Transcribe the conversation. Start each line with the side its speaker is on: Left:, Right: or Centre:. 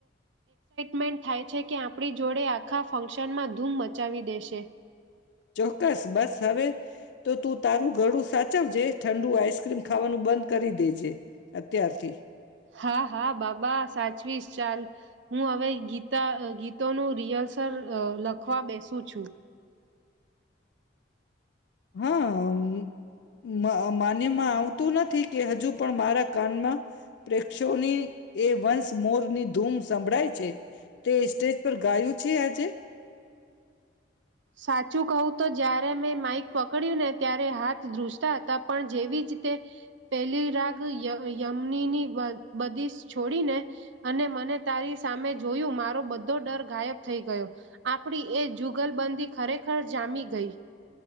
Right: મેન્ટ થાય છે કે, આપણી જોડે આખા ફંક્શનમાં ધૂમ મચાવી દેશેવ
Left: ચોક્કસ બસ હવે તો, તું તારું ગળું સાચ ચ જે ઠંડુ આઈસક્રીમ ખાવાનું બંધ કરી દેજે, અત્યારથી.
Right: હા હા બાબા સાચવીશ. ચાલ, હું હવે ગીતા ગીતોનું રિહર્સલ લખવા બેસું છું.
Left: હા મ માન્યમાં આવ તું નથી કે હજુ પણ મારા કાનમાં પ્રેક્ષો ની એ વંન્સ મોરની ધૂમ સંભળાય છે. તે સ્ટેજ પર ગાયું છે આજે?
Right: સાચું કહું તો જયારે મેં માઈક પકડ્યું ને, ત્યારે હાથ ધ્રુસતા હતા. હા પણ જેવી જ તે પેલી રાગ ય યમનીની બંદીશ છોડીને અને મને તારી સામે જોયું, મારો બધો ડર ગાયબ થઈ ગયો આપડી એ જુગલ બંધ ખરેખર જામી ગઈ.